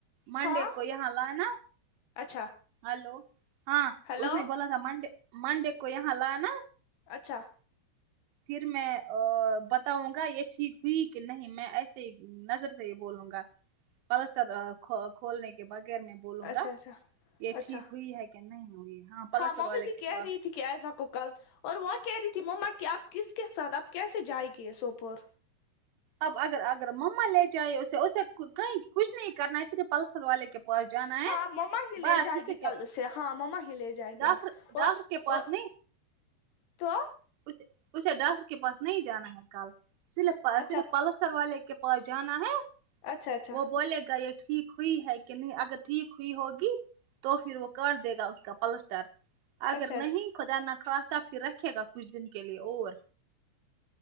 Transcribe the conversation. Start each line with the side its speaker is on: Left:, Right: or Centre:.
Right: منڈے
Left: ہاں
Right: کو یہاں لا نا
Left: اچھا
Right: ہلو ہاں
Left: ہیلو
Right: اس نے بولا ہاں منڈے منڈے کو یہاں لانا
Left: اچھا
Right: پھر میں ا بتاؤں گا یہ ٹھیک ہوئی کہ نہیں میں ایسے ہی نظر سے ہی بولوں گا پلسٹر کھ کھولنے کے بغیر میں بولوں
Left: اچھا
Right: گا
Left: اچھا
Right: یہ
Left: اچھا
Right: ٹھیک ہوئی ہے کہ نہیں ہوئی پلسٹر
Left: ہاں ممی
Right: والے
Left: بھی
Right: کے
Left: کہہ
Right: پاس
Left: رہی تھی کہ عائزہ کو کل اور وہ کہہ رہی تھی مما کہ آپ کس کے ساتھ آپ کیسے جائے گی یہ سوپور
Right: اب اگر اگر مما لے جائے اسے اسے کہیں کچھ نہیں کرنا ہے صرف پلسٹر والے کے پاس جانا ہے
Left: ہاں مما ہی لے
Right: بس
Left: جائے گی
Right: کیا
Left: کل اسے ہاں مما ہی لے جائے گی
Right: ڈاکٹر
Left: اب اور
Right: ڈاکٹر کے پاس
Left: اور تو
Right: اسےاسے ڈاکٹر کے پاس نہیں جانا ہے کل صرف
Left: اچھا
Right: صرف پلس پلسٹر والے کے پاس جانا ہے
Left: اچھا اچھا
Right: وہ بولے گا یہ ٹھیک ہوئی ہے کہ نہیں اگر ٹھیک ہوئی ہوگی تو پھر وہ کر دے گا اس کا پلسٹر اگر
Left: اچھا اچھا
Right: نہیں خدا نخواستہ پھر رکھے گا کچھ دن کے لیے اور